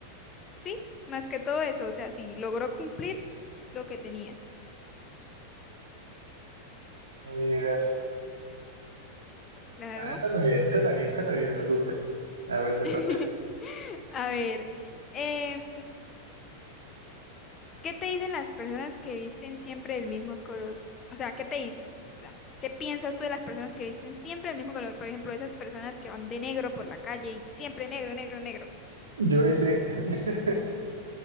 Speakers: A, on the left; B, on the right.
A: sí, más que todo eso, o sea, si logró cumplir lo que tenía.
B: No
A: Claro.
B: Ah, suena bien, suena bien, suena bien, me gusta. A ver,
A: <laughs>
B: te toca.
A: A ver, eh, ¿Qué te dicen las personas que visten siempre del mismo color? O sea, ¿qué te dicen? O sea, ¿qué piensas tú de las personas que visten siempre el mismo color? Por ejemplo, esas personas que van de negro por la calle y siempre negro, negro, negro.
B: Yo ese, <laughs>